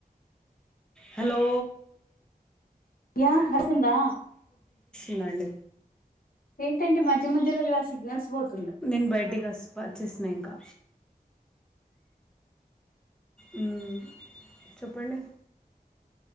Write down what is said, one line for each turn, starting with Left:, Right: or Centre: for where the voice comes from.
Centre: హలో
Left: యా కలిసిందా
Centre: ఇలాండి
Left: ఏంటి అండి మధ్యధ్యలో ఇలా సిగ్నల్స్ పోతూ
Centre: నేను బయటికిస్త వచేసిన ఇంకా ఉమ్ చెప్పండి